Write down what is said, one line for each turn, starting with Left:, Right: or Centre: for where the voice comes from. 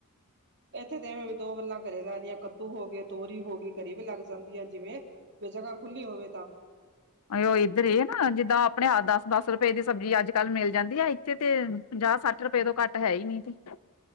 Right: ਇੱਥੇ ਤੇ ਐਵੇਂ ਵੀ ਦੋ ਵੱਲਾਂ ਘਰੇ ਲਾ ਲਈਆ, ਕੱਦੂ ਹੋ ਗਏ, ਤੋਰੀ ਹੋ ਗਈ ਘਰੇ ਵੀ ਲੱਗ ਜਾਂਦੀਆ ਜਿਵੇਂ‌। ਜੇ ਜਗ੍ਹਾ ਖੁੱਲੀ ਹੋਵੇ ਤਾਂ।
Left: ਉਹੀ ਇੱਧਰ ਇਹ ਏ ਨਾ, ਜਿੱਦਾਂ ਆਪਣੇ ਆਪ ਦਸ-ਦਸ ਰੁਪਏ ਦੀ ਸਬਜ਼ੀ ਅੱਜ-ਕੱਲ ਮਿਲ ਜਾਂਦੀ ਆ ਇੱਥੇ ਤੇ। ਪੰਜਾਹ-ਸੱਠ ਰੁਪਏ ਤੋਂ ਘੱਟ ਹੈ ਹੀ ਨੀ ਇੱਥੇ ਤੇ।